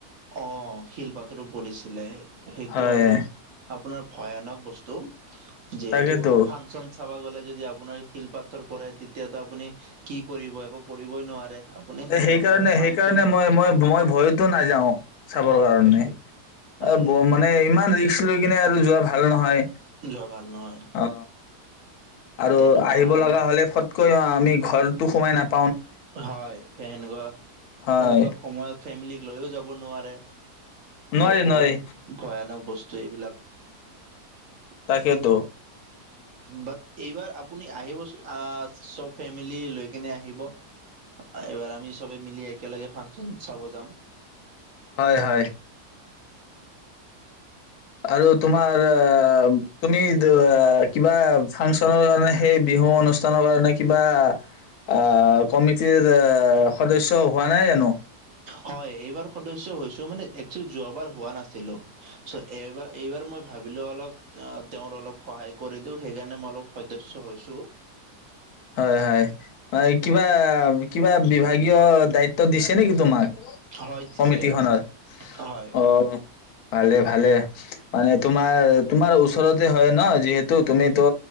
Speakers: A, on the right; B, on the left.
A: অ', শিল পাথৰো পৰিছে। লে। সেইটো
B: হয়
A: অলপ আপোনাৰ ভয়ানক বস্তু। তম। যিহেতু
B: তাকেতো
A: ফাংচন চাব গ'লে। যদি আপোনাৰ শিল পাথৰ পৰে তেতিয়াাতো আপুনি কি কৰিব একো কৰিবই নোৱাৰে। আপুনি
B: এ, সেইকাৰণে
A: লগালগ ফাংচন
B: সেইকাৰণে মই মই-মই ভয়তো নাযাওঁ চাবৰ
A: হয়,
B: কাৰণে
A: হয়।
B: এ
A: হয়,
B: বো মানে ইমান ৰিস্ক লৈ কিনে যোৱা ভাল নহয়।
A: যোৱা ভাল নহয়।
B: অ আৰু
A: তেনেকুৱা
B: আহিব
A: অলপ
B: লগা হ'লে ফট ক, অ', আমি ঘৰতো সোমাই নাপ
A: হয় সেনেকুৱা সেনেকুৱা
B: হয়
A: সময়ত ফেমিলি লৈও যাব নোৱাৰে। এইবিলাক
B: নোৱাৰি
A: বহুত
B: নোৱাৰি
A: ভয়ানক বস্তু এইবিলাক। <inaudible>
B: তাকেতো
A: বাট এইবাৰ আপুনি আহিবচোন আ চব ফেমিলি লৈ কেনে আহিব। এইবাৰ আমি চবে মিলি একেলগে ফাংচন চাব যাম।
B: হয় হয়। আৰু তোমাৰ আ-তুমি। আ কিবা ফাংচনৰ মানে সেই বিহু অনুষ্ঠানৰ কাৰণে কিবা আহ কমিটিৰ অ। সদস্য হোৱা নাই জানো।
A: হয় এইবাৰ সদস্য হৈছো মানে একচেলী যোৱাবাৰ হোৱা নাছিলো চ এইবাৰ এইবাৰ মই ভাবিলো অলপ তেওঁৰ অলপ সহায় কৰি দিও সেইকাৰণে মই অলপ সদস্য হৈছো।
B: হয় হয় হয় কিবা কিবা বিভাগীয়। দায়িত্ব দিছে নেকি তোমাক
A: হয় দিছে
B: কমিটিখনত
A: হয়
B: অ। ভালে ভালে মানে তোমাৰ তোমাৰ ওচৰতে হয় ন যিহেতু তুমিতো